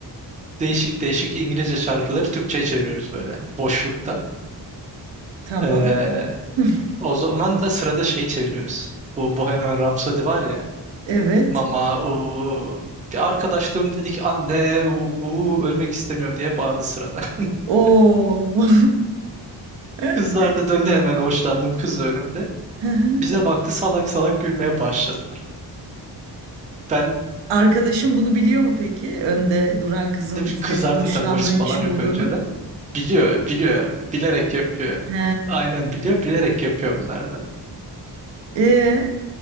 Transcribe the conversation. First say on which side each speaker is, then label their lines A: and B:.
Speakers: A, on the right; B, on the right.
A: Değişik değişik İngilizce şarkıları Türkçe'ye çeviriyoruz böyle boşlukta.
B: tamam.
A: E,
B: <laughs>
A: O zaman da sırada şeyi çeviriyoruz. Bu Bohemian Rhapsody var ya.
B: Evet.
A: Mama uuu. Bir arkadaş döndü dedi ki anne uuu ölmek istemiyorum diye bağırdı sırada. <laughs>
B: Oo. <laughs>
A: Kızlar da döndü hemen hoşlandım kız da önümde.
B: Hı hı.
A: Bize baktı salak salak gülmeye başladılar. Ben
B: Arkadaşım bunu biliyor mu peki? Önde duran kızın
A: de bir
B: senin
A: kızardım
B: hoşlandığın
A: tabii hoşsu falan
B: kişi
A: yok
B: olduğunu.
A: önceden. Biliyor biliyor bilerek yapıyor.
B: He.
A: Aynen biliyor bilerek yapıyor onlar da.
B: E.